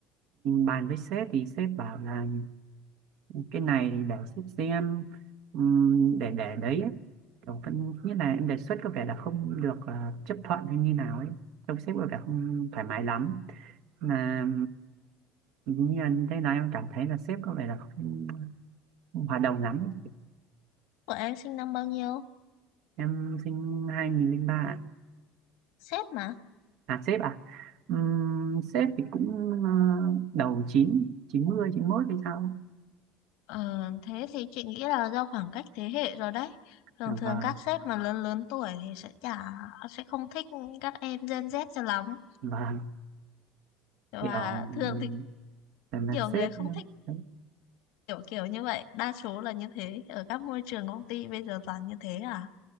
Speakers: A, on the right; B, on the left.
A: bàn với sếp thì sếp bảo là cái này thì để sếp xem ừm, để để đấy ấy. kiểu vẫn như là em đề xuất có vẻ là không được ờ, chấp thuận hay như nào ấy trông sếp có vẻ không thoải mái lắm mà như anh thấy nói em cảm thấy là sếp có vẻ là không, không hòa đồng lắm ấy.
B: của em sinh năm bao nhiêu?
A: em sinh 2003 ạ.
B: Sếp mà.
A: à sếp à Ừm, sếp thì cũng ờ, đầu 9 chín 91 hay sao ấy.
B: Ờ, thế thì chị nghĩ là do khoảng cách thế hệ rồi đấy. Thường
A: Dạ
B: thường
A: vâng
B: các sếp mà lớn lớn tuổi thì sẽ chả sẽ không thích các em Gen Z cho lắm.
A: vâng
B: Và
A: kiểu ừm,
B: thường thì
A: là, là
B: nhiều người
A: sếp
B: không
A: đấy
B: thích kiểu kiểu như vậy. Đa số là như thế. Ở các môi trường công ty bây giờ toàn như thế à?